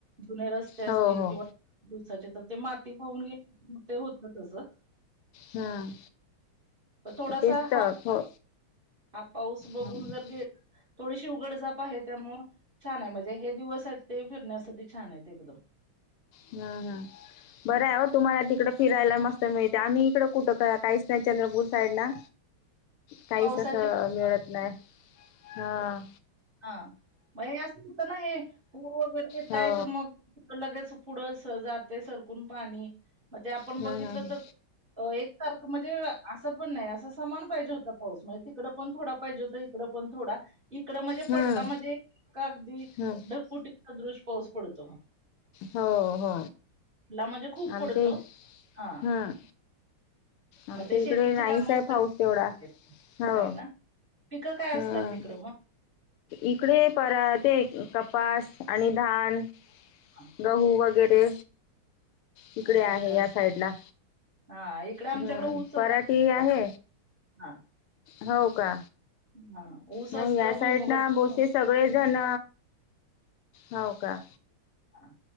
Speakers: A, on the right (about 25°); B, on the left (about 85°).
A: जुने रस्ते असतील
B: हो हो
A: किंवा दिवसाचे तर ते माती वाहून गेली की ते होत तसं.
B: हम्म
A: पण थोडासा
B: तेच तर
A: हा
B: थो
A: हा पाऊस बघून
B: हा
A: जर घे उघडझाप आहे त्यामुळं छान आहे म्हणजे हे दिवस आहेत ते फिरण्यासाठी छान आहेत एकदम.
B: हम् हम्
A: हं.
B: बरे आहोत? तुम्हाला तिकडे फिरायला मस्त मिळतंय आम्ही इकडं कुठं करा काहीच नाही चंद्रपूर साईडला, काहीच
A: पावसाचे
B: असं मिळत नाही हा.
A: हा म हे असंच होतना हे पूर गल्लीत
B: हो
A: आहेत मग लगेच पुढं असं जातंय सरकून पाणी मग ते आपण
B: हम्म
A: बघितलं तर एक तारख म्हणजे असं पण नाही असं समान पाहिजे होत. पाऊस म्हणजे तिकडं पण थोडा पाहिजे होता इकड पण थोडा. इकड म्हणजे
B: हम्म
A: पडला म्हणजे का अगदी
B: हम्म
A: ढगफुटीचा दृश पाऊस पडतो.
B: हो हो
A: ला म्हणजे खूप
B: आणखी
A: पडतो हा
B: हम् आमच्या
A: मग ते
B: इकडे
A: शेतीचे
B: नाहीच
A: काम वगैरे
B: आहे पाऊस तेवढा. हो
A: आहे ना पिकं काय
B: हम्म
A: असतात तिकडं मग?
B: इकडे परात ते कपास आणि धाण,
A: हा,
B: गहू वगैरे इकडे
A: अशी पिकं
B: आहे ह्या
A: असतात
B: साईडला.
A: हा इकडे आमच्याकडे
B: हम्म
A: ऊस जास्त
B: पराठी
A: असतात
B: आहे
A: हा
B: हो का.
A: हा ऊस
B: नाही
A: असतो
B: या साईडनं
A: भुईमुगाच्या
B: बोसे सगळेजण हो का.
A: हा